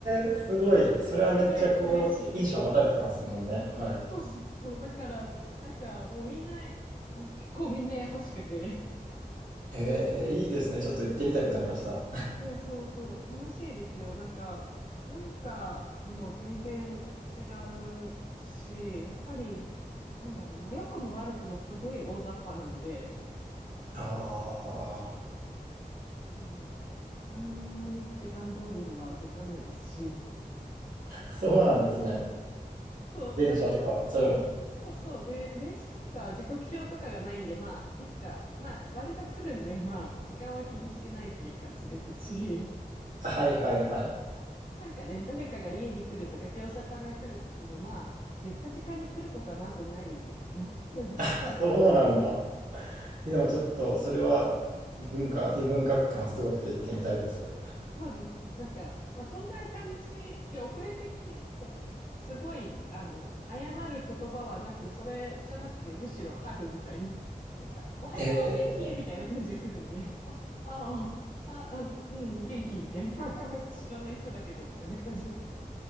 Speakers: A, on the right (about 75°); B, on the left (about 65°).
A: え、すごい。
B: <laughs>
A: それはめっちゃ好印象を持たれてますもんね。
B: すごい嬉しい。
A: はい。
B: そうそうそう。だから、なんかもうみんな、結構みんな優しくて。
A: えーいいですね。ちょっと行ってみたくなりました。
B: そうそうそう。楽しいですよ。なんか、文化も全然違うし、やっぱり、なんだろうな、良くも悪くもすごい大雑把なので、
A: <laughs> ああ、
B: うん、何にもね、時間通りには動かないですし。
A: そうなんですね。
B: そう、
A: 電車とか、
B: だから、
A: そういうのも。
B: そうそう。で、レースとか時刻表とかがないんで、まあ、いつか、まあ、割と来るんで、まあ、時間は気にしてないっていう感じですし。
A: あはいはいはい。
B: なんかね、誰かが家に来るとか、業者さんが来るって言っても、まあ、言った時間に来ることはまずないですね。うん
A: あそうなんだ。え、でもちょっと、それは文化、異文化感すごくて行ってみたいです。
B: そうですね。なんか、まあ、そんな感じで遅れてきても、すごい、あの、謝る言葉はなく、それじゃなくて、むしろハグみたいな。なんか、おはよう、
A: え
B: 元気みたいな感じで来るんで、あ、ああ、あ、あうん、元気みたいな。<laughs> 知らない人だけど、みたいな感じです。